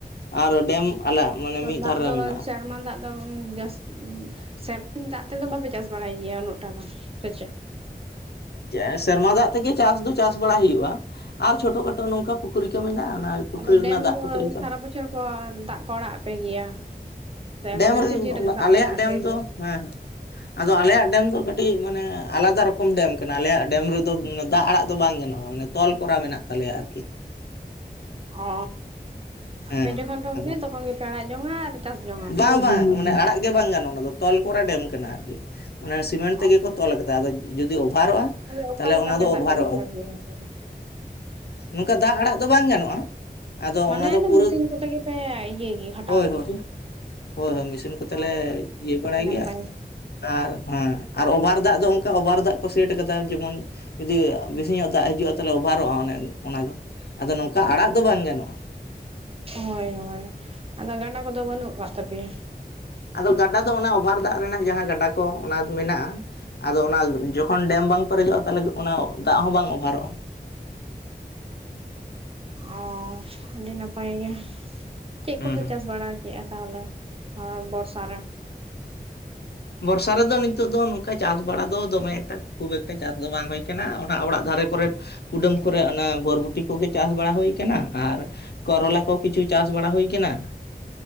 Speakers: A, on the left; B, on the right.
A: ᱟᱨ ᱰᱮᱢ ᱟᱞᱮ ᱢᱟᱱᱮ ᱢᱤᱫ
B: ᱫᱟᱜ
A: ᱫᱷᱟᱨᱮ
B: ᱫᱚ
A: ᱨᱮ ᱢᱮᱱᱟᱜᱼᱟ
B: ᱥᱮᱨᱢᱟ ᱫᱟᱜ <unintelligible> ᱫᱟᱜ ᱛᱮᱫᱚ ᱵᱟᱯᱮ ᱪᱟᱥ ᱵᱟᱲᱟᱭ ᱜᱮᱭᱟ ᱩᱱᱟᱹᱜ ᱴᱟ ᱫᱚ ᱥᱮ ᱪᱮᱫ
A: ᱦᱮᱸ ᱥᱮᱨᱢᱟ ᱫᱟᱜ ᱛᱮᱜᱮ ᱪᱟᱥ ᱫᱚ ᱪᱟᱥ ᱵᱟᱲᱟᱭ ᱦᱩᱭᱩᱜᱼᱟ ᱟᱨ ᱪᱷᱳᱴᱚ ᱠᱷᱟᱴᱚ ᱱᱚᱝᱠᱟ ᱯᱩᱠᱷᱨᱤ ᱠᱚ ᱢᱮᱱᱟᱜᱼᱟ ᱚᱱᱟ ᱯᱩᱠᱷᱨᱤ
B: ᱟᱫᱚ
A: ᱨᱮᱱᱟᱜ
B: ᱰᱮᱢ
A: ᱫᱟᱜ
B: ᱫᱚ
A: ᱠᱚᱛᱮ ᱜᱮ
B: ᱥᱟᱨᱟ ᱵᱚᱪᱷᱚᱨ ᱠᱚ ᱫᱟᱜ ᱠᱚ ᱟᱲᱟᱜ ᱟᱯᱮ ᱜᱮᱭᱟ ᱥᱮ
A: ᱰᱮᱢ
B: ᱢᱟᱱᱮ
A: ᱨᱮᱱ
B: ᱥᱤᱡᱤᱱ ᱨᱮᱠᱚ ᱫᱟᱜ
A: ᱟᱞᱮᱭᱟᱜ
B: ᱠᱚ ᱟᱲᱟᱜ
A: ᱰᱮᱢ
B: ᱟᱯᱮ
A: ᱫᱚ
B: ᱜᱮᱭᱟ
A: ᱦᱮᱸ ᱦᱮᱸ ᱟᱫᱚ ᱟᱞᱮᱭᱟᱜ ᱰᱮᱢ ᱫᱚ ᱠᱟᱹᱴᱤᱡ ᱢᱟᱱᱮ ᱟᱞᱟᱫᱟ ᱨᱚᱠᱚᱢ ᱰᱮᱢ ᱠᱟᱱᱟ ᱟᱞᱮᱭᱟᱜ ᱰᱮᱢ ᱨᱮᱫᱚ ᱫᱟᱜ ᱟᱲᱟᱜ ᱫᱚ ᱵᱟᱝ ᱜᱟᱱᱚᱜᱼᱟ ᱢᱟᱱᱮ ᱛᱚᱞ ᱠᱚᱨᱟ ᱢᱮᱱᱟᱜ ᱛᱟᱞᱮᱭᱟ ᱟᱨᱠᱤ
B: ᱚ
A: ᱦᱮᱸ
B: ᱟᱯᱮ ᱡᱚᱠᱷᱚᱱ ᱯᱮ ᱢᱚᱱᱮᱭᱟ
A: ᱟᱫᱚ
B: ᱛᱚᱠᱷᱚᱱ ᱜᱮ ᱯᱮ ᱟᱲᱟᱜ ᱡᱚᱝᱟ ᱟᱨ ᱪᱟᱥ ᱡᱚᱝᱟ ᱯᱮ
A: ᱵᱟᱝ ᱵᱟᱝ ᱢᱟᱱᱮ ᱟᱲᱟᱜ ᱜᱮ ᱵᱟᱝ ᱜᱟᱱᱚᱜᱼᱟ ᱚᱱᱟ ᱫᱚ ᱛᱚᱞ ᱠᱚᱨᱟ ᱰᱮᱢ ᱠᱟᱱᱟ ᱟᱨᱠᱤ ᱢᱟᱱᱮ ᱥᱤᱢᱮᱱᱴ
B: ᱚ
A: ᱛᱮᱜᱮ ᱠᱚ ᱛᱚᱞ ᱠᱮᱫᱟ ᱟᱫᱚ ᱡᱩᱫᱤ ᱚᱵᱷᱟᱨᱚᱜᱼᱟ
B: ᱚᱠᱟ
A: ᱛᱟᱦᱚᱞᱮ
B: ᱞᱮᱠᱟ
A: ᱚᱱᱟ
B: ᱯᱮ
A: ᱫᱚ
B: ᱫᱟᱜ
A: ᱚᱵᱷᱟᱨᱚᱜᱼᱟ
B: ᱯᱮ ᱦᱟᱛᱟᱣ ᱜᱮᱭᱟ ᱟᱯᱮ ᱫᱚ
A: ᱱᱚᱝᱠᱟ ᱫᱟᱜ ᱟᱲᱟᱜ ᱫᱚ ᱵᱟᱝ ᱜᱟᱱᱚᱜᱼᱟ ᱟᱫᱚ
B: ᱢᱟᱱᱮ
A: ᱚᱱᱟ ᱫᱚ ᱯᱩᱨᱟᱹ
B: ᱢᱮᱥᱤᱱ ᱠᱚᱛᱮ ᱜᱮᱯᱮ ᱤᱭᱟᱹᱭ ᱜᱮᱭᱟ ᱦᱟᱴᱟᱣ
A: ᱦᱳᱭ
B: ᱜᱮᱭᱟ?
A: ᱦᱳᱭ ᱦᱳᱭ ᱦᱳᱭ ᱢᱮᱥᱤᱱ ᱠᱚᱛᱮ
B: ᱚ
A: ᱞᱮ ᱤᱭᱟᱹ ᱵᱟᱲᱟᱭ
B: ᱟᱹᱰᱤ ᱱᱟᱯᱟᱭ
A: ᱜᱮᱭᱟ ᱟᱨ ᱦᱮᱸ ᱟᱨ ᱚᱵᱷᱟᱨ ᱫᱟᱜ ᱫᱚ ᱚᱱᱠᱟ ᱚᱵᱷᱟᱨ ᱫᱟᱜ ᱠᱚ ᱥᱮᱴ ᱠᱟᱫᱟ ᱡᱮᱢᱚᱱ ᱡᱩᱫᱤ ᱵᱮᱥᱤ ᱧᱚᱜ ᱫᱟᱜ ᱦᱤᱡᱩᱜᱼᱟ ᱛᱟᱦᱚᱞᱮ ᱚᱵᱷᱟᱨᱚᱜᱼᱟ ᱚᱱᱮ ᱚᱱᱟ ᱫᱚ ᱟᱫᱚ ᱱᱚᱝᱠᱟ ᱟᱲᱟᱜ ᱫᱚ ᱵᱟᱝ ᱜᱟᱱᱚᱜᱼᱟ
B: ᱦᱳᱭ ᱦᱳᱭ ᱟᱫᱚ ᱜᱟᱰᱟ ᱠᱚᱫᱚ ᱵᱟᱹᱱᱩᱜ ᱟᱠᱟᱫ ᱛᱟᱯᱮᱭᱟ
A: ᱟᱫᱚ ᱜᱟᱰᱟ ᱫᱚ ᱚᱱᱟ ᱚᱵᱷᱟᱨ ᱫᱟᱜ ᱨᱮᱱᱟᱜ ᱡᱟᱦᱟᱸ ᱜᱟᱰᱟ ᱠᱚ ᱚᱱᱟ ᱢᱮᱱᱟᱜᱼᱟ᱾ ᱟᱫᱚ ᱚᱱᱟ ᱡᱚᱠᱷᱚᱱ ᱰᱮᱢ ᱵᱟᱝ ᱯᱮᱨᱮᱡᱚᱜᱼᱟ ᱛᱟᱦᱚᱞᱮ ᱚᱱᱟ ᱫᱟᱜ ᱦᱚᱸ ᱵᱟᱝ ᱚᱵᱷᱟᱨᱚᱜᱼᱟ
B: ᱚ ᱟᱹᱰᱤ ᱱᱟᱯᱟᱭ ᱜᱮ ᱪᱮᱫ
A: ᱦᱩᱸ
B: ᱠᱚᱯᱮ
A: ᱦᱩᱸ
B: ᱪᱟᱥ ᱵᱟᱲᱟ ᱠᱮ-ᱟ ᱛᱟᱦᱚᱞᱮ ᱦᱮᱸ ᱵᱚᱨᱥᱟ ᱨᱮ
A: ᱵᱚᱨᱥᱟ ᱨᱮᱫᱚ ᱱᱤᱛᱚᱜ ᱫᱚ ᱱᱚᱝᱠᱟ ᱪᱟᱥ ᱵᱟᱲᱟ ᱫᱚ ᱫᱚᱢᱮ ᱮᱠᱴᱟ ᱠᱷᱩᱵ ᱮᱠᱴᱟ ᱪᱟᱥ ᱫᱚ ᱵᱟᱝ ᱦᱩᱭ ᱠᱟᱱᱟ ᱚᱱᱟ ᱚᱲᱟᱜ ᱫᱷᱟᱨᱮ ᱠᱚᱨᱮᱫ ᱠᱩᱰᱟᱹᱢ ᱠᱚᱨᱮ ᱚᱱᱟ ᱵᱚᱨᱵᱚᱴᱤ ᱠᱚ ᱜᱮ ᱪᱟᱥ ᱵᱟᱲᱟ ᱦᱩᱭ ᱠᱟᱱᱟ ᱟᱨ ᱠᱚᱨᱚᱞᱟ ᱠᱚ ᱠᱤᱪᱷᱩ ᱪᱟᱥ ᱵᱟᱲᱟ ᱦᱩᱭ ᱠᱟᱱᱟ